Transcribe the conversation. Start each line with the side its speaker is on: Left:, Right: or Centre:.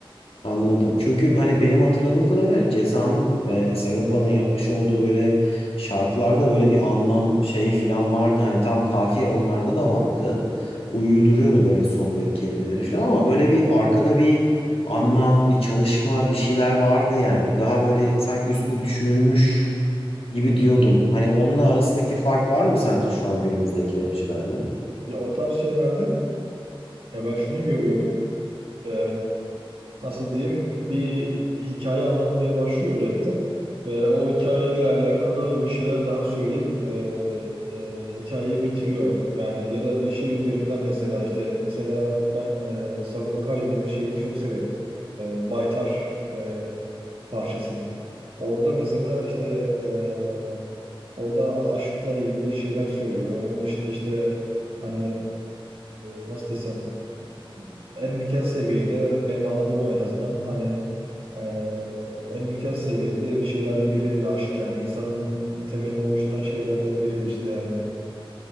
Left: anladım. Çünkü hani benim hatırladığım kadarıyla Ceza'nın ve Sagopa'nın yapmış olduğu böyle şarkılarda böyle bir anlam şey filan vardı. Hani tam kafiye onlarda da vardı. Uyuduruyordu böyle sondaki kelimeleri filan ama böyle bir arkada bir anlam, bir çalışma, bir şeyler vardı yani. Daha böyle sanki üstüne düşünülmüş gibi diyordum. Hani onunla arasındaki fark var mı sence şu an günümüzdeki rapçilerle?
Right: Ya o tarz şeylerde ya ben şunu görüyordum. E, nasıl diyeyim bir hikaye anlatmaya başlıyor rapte ve o hikayeyle alakalı bir şeyler daha söyleyip e, e, hikayeyi bitiriyor. Yani ya da bir şey üzerinden mesela işte mesela ben e, Sagopa Kajmer'in şeyini çok severim. E, Baytar e, parçasını. Orada mesela işte e, orada aşkla ilgili şeyler söylüyor. Onun dışında işte hani e, nasıl desem en ilkel seviyede benim anladığım o en azından hani eee, en ilkel seviyede bir şeylerden biridir aşk yani insanın temelini oluşturan şeylerden biridir işte yani